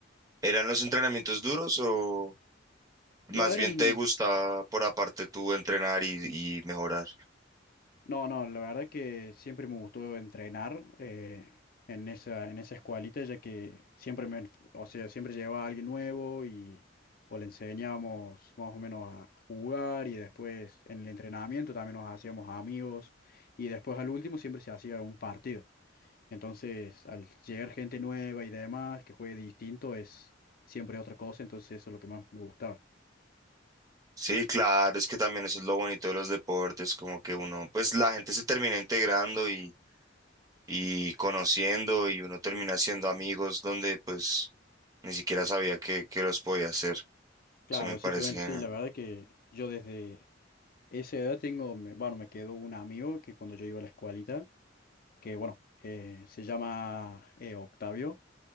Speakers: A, on the right; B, on the left.
A: ¿Eran los entrenamientos duros o más
B: No eran
A: bien te gustaba por aparte tú entrenar y, y mejorar?
B: No, no, la verdad que siempre me gustó entrenar eh, en esa, en esa escuelita, ya que siempre me, o sea, siempre llevaba a alguien nuevo y o le enseñábamos más o menos a jugar y después en el entrenamiento también nos hacíamos amigos y después al último siempre se hacía un partido. Entonces, al llegar gente nueva y demás que juegue distinto es siempre otra cosa, entonces eso es lo que más me gustaba.
A: Sí, claro, es que también eso es lo bonito de los deportes, como que uno, pues la gente se termina integrando y, y conociendo y uno termina siendo amigos donde pues ni siquiera sabía que, que los podía hacer.
B: Claro,
A: Eso me
B: exactamente,
A: parece genial.
B: sí, la verdad que yo desde Esa edad tengo, me- bueno, me quedó un amigo que cuando yo iba a la escuelita, que bueno, eh, se llama eh, Octavio.